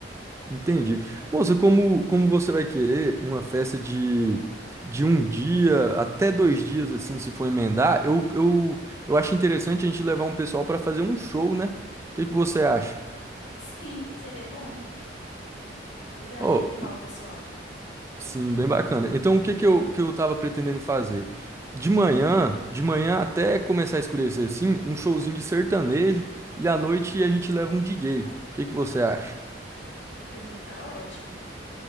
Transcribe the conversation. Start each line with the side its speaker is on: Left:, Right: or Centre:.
Right: Entendi. Moça, como, como você vai querer uma festa de, de um dia até dois dias, assim, se for emendar, eu, eu, eu acho interessante a gente levar um pessoal para fazer um show, né? O que que você acha?
Left: Sim, seria bom. Legal,
Right: Oh,
Left: e animal, pessoal.
Right: sim, bem bacana. Então, o que que eu, que eu tava pretendendo fazer? De manhã, de manhã até começar a escurecer, assim, um showzinho de sertanejo e à noite a gente leva um DJ. O que que você acha?
Left: Por mim tá ótimo.